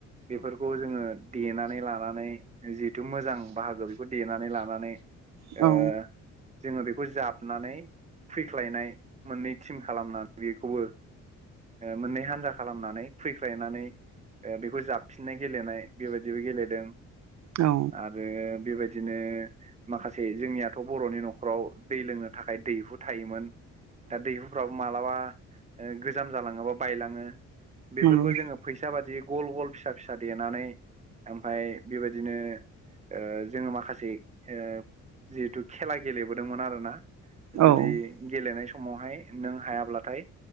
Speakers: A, on the right; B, on the right.
A: बेफोरखौ जोङो देनानै लानानै जिहेथु मोजां बाहागो बेखौ देनानै लानानै
B: औ
A: ओ जोङो बेखौ जाबनानै फैख्लायनाय मोननै टिम खालामनानै बेखौबो ओ मोननै हान्जा खालामनानै खुबैख्लायनानै ओ बेखौ जाबफिननाय गेलेनाय बेबायदिबो गेलेदों
B: औ
A: आरो बेबाय बिदिनो माखासे जोंनियाथ बर'नि न'खराव दै लोंनो थाखाय दैहु थायोमोन दा दैहुफ्राबो मालाबा गोजाम जालाङोबा बायलाङो बेफोरखौ
B: नंगौ
A: जोङो फैसा बादि गल गल फिसा फिसा देनानै ओमफ्राय बेबायदिनो ओ जोङो माखासे ओ जिहेथु खेला गेलेबोदोंमोन आरोना
B: औ
A: जुदि गेलेनाय समावहाय नों हायाब्लाथाय